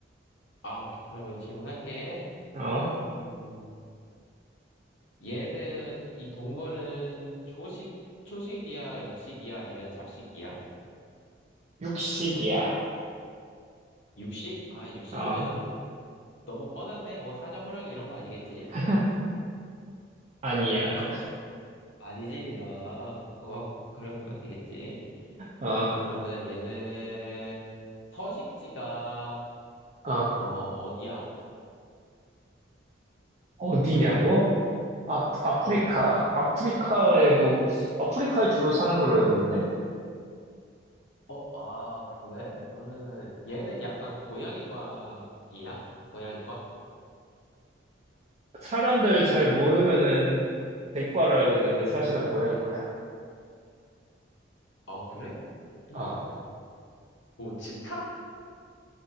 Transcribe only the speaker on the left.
아, 오케이. 그러면 질문할게.
음. 얘는, 이 동물은 초식, 초식이야, 육식이야, 아니면 잡식이야?
육식? 아, 육식이면은
너무 뻔한데, 뭐 사자, 호랑이 이런 거 아니겠지?
<laughs> 아니지, 아, 어, 그런 건 아니겠지.
그러면은 얘는 서식지가,
어, 어디야?
어, 서식,
어, 아, 그래? 그러면은 얘는 약간 고양이과이야? 고양이과?
어, 그래? 음.
뭐, 치타?